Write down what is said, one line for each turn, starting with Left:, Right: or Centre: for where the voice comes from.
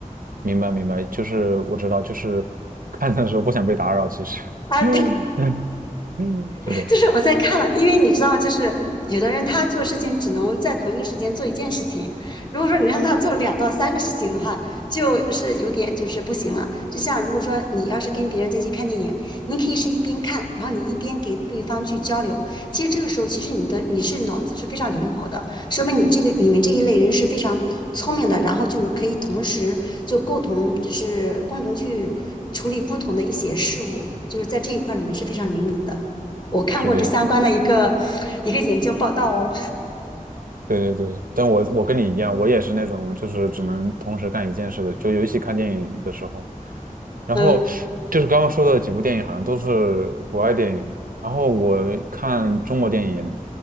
Right: 明白，明白。就是我知道，就是看的时候不想被打扰，其实。<laughs>
Left: 啊，
Right: 嗯嗯，
Left: 对，
Right: 是的，
Left: 就是我在看了，因为你知道，就是有的人他做事情只能在同一个时间做一件事情，如果说你让他做两到三个事情的话，就是有点就是不行了。就像如果说你要是跟别人在一起看电影，你可以是一边看，然后你一边给对方去交流。其实这个时候，其实你的你是脑子是非常灵活的，说明你这个你们这一类人是非常聪明的，然后就是可以同时就共同就是共同去处理不同的一些事物，就是在这一块儿你们是非常灵敏的。我看过这相关的一个
Right: 是的。
Left: 一个研究报道哦，
Right: 对对对，但我我跟你一样，我也是那种就是只能同时干一件事的，就尤其看电影的时候。然后就是刚刚说的几部电影，
Left: 嗯，
Right: 好像都是国外电影。然后我看中国电影，